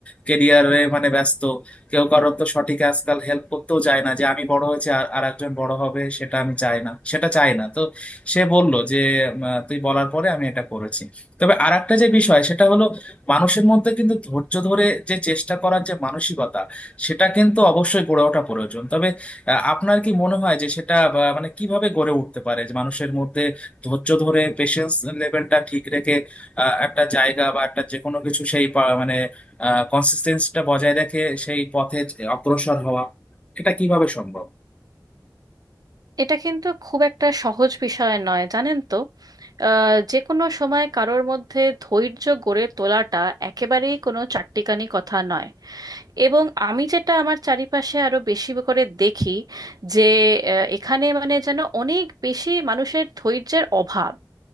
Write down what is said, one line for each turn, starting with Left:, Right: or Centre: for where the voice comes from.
Left: কেরিয়ারে মানে ব্যস্ত কেউ কারোর তো সঠিক আজকাল হেল্প করতেও চায় না যে আমি বড় হয়েছি আর আর একজন বড় হবে সেটা আমি চাই না সেটা চাই না তো সে বলল যে উম, আহ, তুই বলার পরে আমি এটা করেছি তবে আর একটা যে বিষয় সেটা হলো মানুষের মধ্যে কিন্তু ধৈর্য ধরে যে চেষ্টা করার যে মানসিকতা সেটা কিন্তু অবশ্যই গড়ে ওঠা প্রয়োজন তবে আহ, আপনার কি মনে হয় যে সেটা বা, মানে কিভাবে গড়ে উঠতে পারে যে মানুষের মধ্যে ধৈর্য ধরে পেশেন্স লেভেলটা ঠিক রেখে আহ, একটা জায়গা বা একটা যে কোনো কিছু সেই পা- মানে কনসিস্টেন্সিটা বজায় রেখে সেই পথে অগ্রসর হওয়া এটা কিভাবে সম্ভব
Right: এটা কিন্তু খুব একটা সহজ বিষয় নয় জানেন তো আহ, যে কোনো সময় কারোর মধ্যে ধৈর্য গড়ে তোলাটা একেবারেই কোনো চাট্টিখানি কথা নয় এবং আমি যেটা আমার চারিপাশে আরো বেশি করে দেখি যে আহ, এখানে মানে যেন অনেক বেশি মানুষের ধৈর্যের অভাব